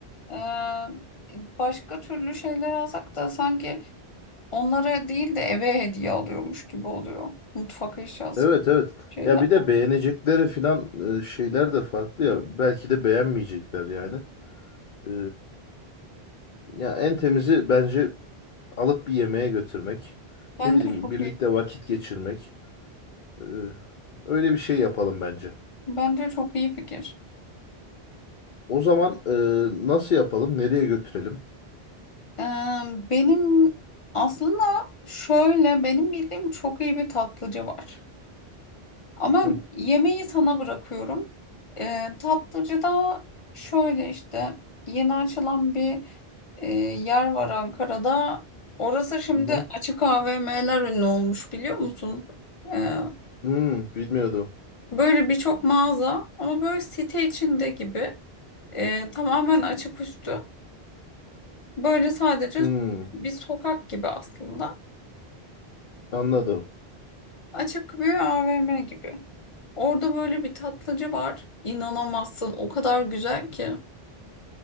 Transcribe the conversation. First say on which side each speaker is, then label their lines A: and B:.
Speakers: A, on the left (about 30°); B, on the left (about 55°).
A: Ee, başka türlü şeyler alsak da sanki onlara değil de eve hediye alıyormuş gibi oluyor. Mutfak eşyası
B: Evet evet.
A: şeyler.
B: Ya bir de beğenecekleri falan e, şeyler de farklı ya. Belki de beğenmeyecekler yani. E, ya en temizi bence alıp bir yemeğe götürmek.
A: Bence
B: Ne bileyim
A: çok
B: birlikte
A: iyi.
B: vakit geçirmek. E, öyle bir şey yapalım bence.
A: Bence çok iyi fikir.
B: O zaman e, nasıl yapalım? Nereye götürelim?
A: Ee, benim aslında şöyle benim bildiğim çok iyi bir tatlıcı var. Ama
B: Hı
A: yemeği sana bırakıyorum. Ee, tatlıcıda şöyle işte yeni açılan bir e, yer var Ankara'da. Orası şimdi
B: hı. hı.
A: açık AVM'ler ünlü olmuş biliyor musun? Ee,
B: Hmm, bilmiyordum.
A: böyle birçok mağaza ama böyle site içinde gibi. Ee, tamamen açık üstü. Böyle sadece
B: Hmm,
A: bir sokak gibi aslında.
B: anladım.
A: Açık bir AVM gibi. Orada böyle bir tatlıcı var. İnanamazsın. O kadar güzel ki.